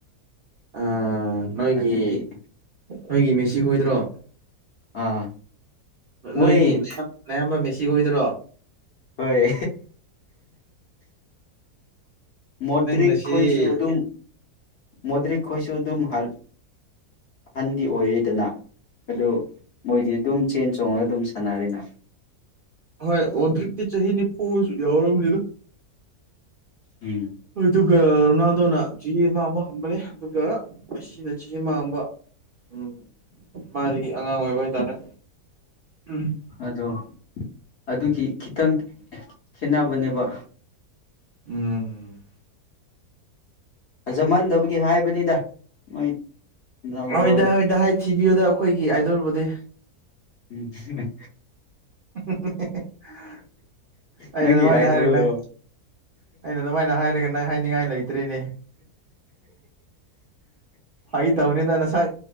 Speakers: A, on the right; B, on the left.
A: ꯑꯥ ꯅꯣꯏꯒꯤ
B: ꯑꯗꯨꯗꯤ
A: ꯅꯣꯏꯒꯤ ꯃꯦꯁꯤ ꯈꯣꯏꯗ꯭ꯔꯣ
B: ꯑꯥ ꯃꯣꯏ
A: ꯅꯣꯏꯒꯤꯌꯥꯝ ꯅꯌꯥꯝꯕ ꯃꯦꯁꯤ ꯑꯣꯏꯗꯣꯏꯔꯣ
B: ꯍꯣꯏ ꯃꯗꯛ
A: ꯅꯪ ꯉꯁꯤ
B: ꯈꯣꯏꯁꯨ ꯑꯗꯨꯝ ꯃꯣꯗ꯭ꯛ ꯈꯣꯏꯁꯨ ꯑꯗꯨꯝ ꯍ ꯑꯍꯟꯗꯤ ꯑꯣꯏꯔꯤꯦꯗꯅ ꯑꯗꯨ ꯃꯣꯏꯗꯤ ꯑꯗꯨꯝ ꯆꯦꯟ ꯆꯣꯡꯉ ꯑꯗꯨꯝ ꯁꯥꯟꯅꯔꯤꯅ
A: ꯍꯣꯏ ꯍꯧꯗꯛꯇꯤ ꯆꯍꯤ ꯅꯤꯐꯨꯁꯨ ꯌꯥꯎꯔꯕꯅꯤꯗ
B: ꯎꯝ
A: ꯍꯣꯏꯗꯨ ꯔꯣꯅꯥꯜ ꯑꯗꯨꯅ ꯆꯦꯦ ꯃꯥꯡꯕ ꯍꯟꯕꯅꯦ ꯑꯗꯨꯒ ꯑꯁꯤꯅ ꯆꯦ ꯃꯥꯡꯕ ꯎꯝ ꯃꯥꯗꯒꯤ ꯑꯉꯥꯡ ꯑꯣꯏꯕ ꯍꯥꯏꯇꯥꯔꯦ ꯎꯝ
B: ꯑꯗꯨꯗꯣ ꯑꯗꯨꯒꯤ ꯈꯤꯇꯪ ꯈꯦꯅꯕꯅꯦꯕ
A: ꯎꯝ
B: ꯐꯖꯝꯍꯟꯗꯕꯒꯤ ꯍꯥꯏꯕꯅꯤꯗ ꯃꯣꯏ ꯔꯣꯅꯥꯜꯗꯣꯗꯣ
A: ꯍꯣꯏꯗ ꯍꯣꯏꯗꯗꯥ ꯍꯥꯏ ꯊꯤꯕꯤꯌꯨꯗ ꯑꯩꯈꯣꯏꯒꯤ ꯑꯥꯏꯗꯕꯨꯗꯤ
B: ꯎꯝ
A: <inaudible> ꯑꯩꯅ
B: ꯅꯪꯒꯤ
A: ꯑꯗꯨꯃꯥꯏꯅ
B: ꯑꯏꯗꯣꯜꯣ
A: ꯍꯥꯏꯔꯦ ꯅꯪ ꯑꯩꯅ ꯑꯗꯨꯃꯥꯏꯅ ꯍꯥꯏꯔꯒ ꯅꯪ ꯍꯥꯏꯅꯤꯡꯉꯥꯏ ꯂꯩꯇ꯭ꯔꯤꯅꯦ ꯐꯒꯤ ꯇꯧꯅꯤꯗ ꯅꯁꯛ